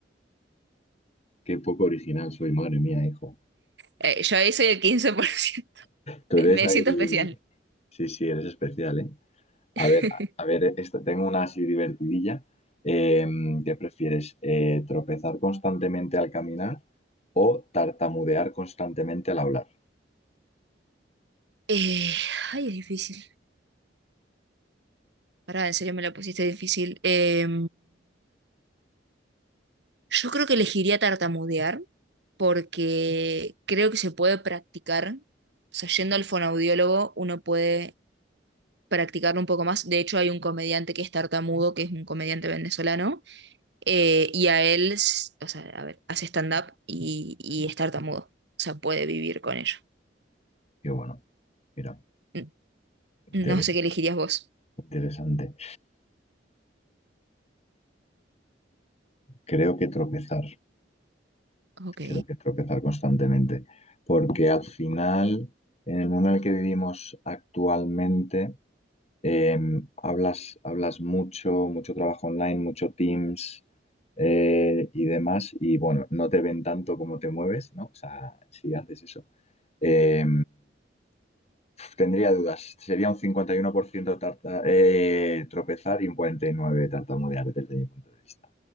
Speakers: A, on the left; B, on the right.
A: Qué poco original soy, madre mía, hijo.
B: Eh, yo ahí soy el 15%. <laughs>
A: Tú
B: Me,
A: eres
B: me
A: ahí.
B: siento especial.
A: Sí, sí, eres especial, ¿eh?
B: <laughs>
A: A ver, a a ver, esta, tengo una así divertidilla. Eh, ¿qué prefieres? Eh, ¿tropezar constantemente al caminar o tartamudear constantemente al hablar?
B: Eh, ay, es difícil. Pará, en serio me la pusiste difícil. Em, yo creo que elegiría tartamudear porque creo que se puede practicar. O sea, yendo al fonaudiólogo, uno puede practicarlo un poco más. De hecho, hay un comediante que es tartamudo, que es un comediante venezolano, eh, y a él, s- o sea, a ver, hace stand-up y, y es tartamudo. O sea, puede vivir con ello.
A: Qué bueno. Mira,
B: N-
A: inter-
B: No sé qué elegirías vos.
A: interesante. Creo que tropezar,
B: Ok.
A: creo que tropezar constantemente, porque al final, en el mundo en el que vivimos actualmente, Eh, hablas, hablas mucho, mucho trabajo online, mucho Teams eh, y demás. Y bueno, no te ven tanto como te mueves, ¿no? O sea, si haces eso. Eh, tendría dudas. Sería un 51% tarta- eh, tropezar y un 49% tartamudear desde mi punto de vista.